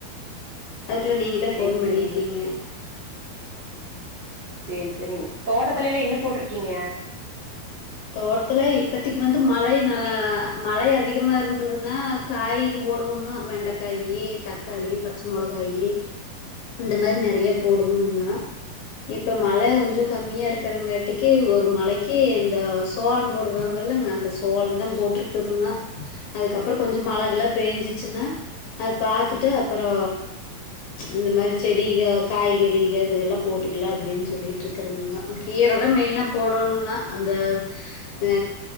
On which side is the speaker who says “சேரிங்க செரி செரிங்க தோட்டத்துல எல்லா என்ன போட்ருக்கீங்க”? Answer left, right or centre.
Right